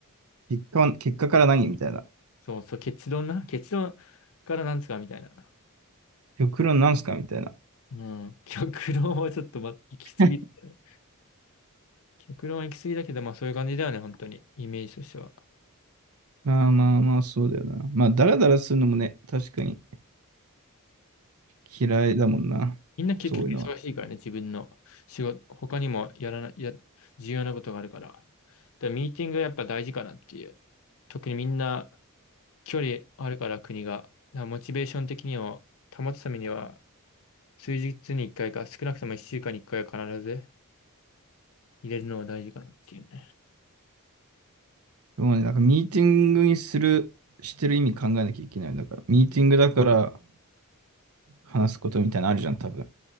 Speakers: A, on the right; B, on the left.
A: 結果は、結果から何みたいな。
B: そうそう。結論な。結論からなんですかみたいな。
A: 極論なんすかみたいな。
B: うん。極論はちょっと、ま、行き過ぎだね。
A: <laughs>
B: 極論は行き過ぎだけど、まあそういう感じだよね。本当に。イメージとしては。
A: まあまあまあ、そうだよな。まあ、だらだらするのもね、確かに嫌いだもんな。
B: みんな結局忙しいからね。
A: そういうのは。
B: 自分の仕事、他にもやらな、や、重要なことがあるから。だからミーティングはやっぱ大事かなっていう。特にみんな、距離あるから国が。だからモチベーション的にを保つためには、数日に一回かいか、少なくとも一週間に一回は必ず入れるのが大事かなっていうね。
A: でもね、なんかミーティングにする、してる意味考えなきゃいけない。だから、ミーティングだから話すことみたいなのあるじゃん、多分。